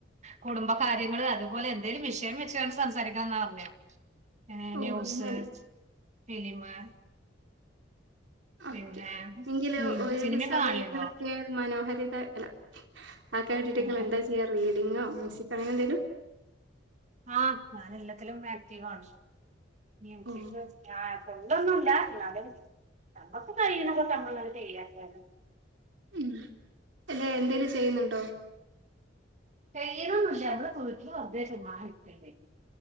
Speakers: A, on the right (about 40°); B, on the right (about 85°).
A: കുടുംബ കാര്യങ്ങള് അതുപോലെ എന്തെലും വിഷയം വെച്ചുകണ്ട് സംസാരിക്കാന്നാ പറഞ്ഞെ. ഏ
B: ഓ
A: ന്യൂസ്,
B: അങ്ങനെ
A: ഫിലിമ്
B: ഓക്കെ
A: പിന്നെ
B: എങ്കില്
A: ഉം
B: ഒഴിവ്
A: സിനിമയൊക്കെ
B: സമയങ്ങളക്കെയോ?
A: കാണലുണ്ടോ
B: മനോഹരിത അല്ല ആക്കാൻ വേണ്ടിട്ട്
A: നിങ്ങള്
B: ങ്ങളെന്താ ചെയ്യ റീഡിങ്ങോ മ്യൂസിക്കോ അങ്ങനെന്തേലും?
A: ആ ഞാൻ എല്ലാത്തിലും ആക്റ്റീവാണ് മ്യുസിക്
B: ഓ
A: ആ സ്വന്തോന്നുല്ല ന്നാലും നമ്മക്ക് കഴിയണപോൽക്കെ നമ്മളങ്ങ് ചെയ്യ അത്രന്നെ.
B: ഉം എന്തെ എന്തേലും ചെയ്യ്ന്നുണ്ടോ?
A: ചെയ്യണൊന്നുല്ല നമ്മള് വീട്ടില് വെറുതെ ചുമ്മാ ഇരിക്കല്ലേ